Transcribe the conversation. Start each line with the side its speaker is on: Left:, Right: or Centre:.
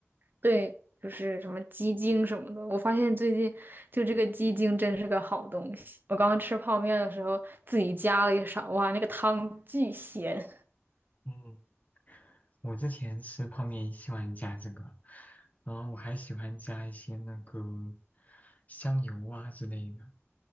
Right: 对，就是什么鸡精什么的。我发现最近就这个鸡精真是个好东西。我刚刚吃泡面的时候自己加了一勺，哇，那个汤巨咸。
Left: 嗯，我之前吃泡面喜欢加这个，然后我还喜欢加一些那个香油啊之类的。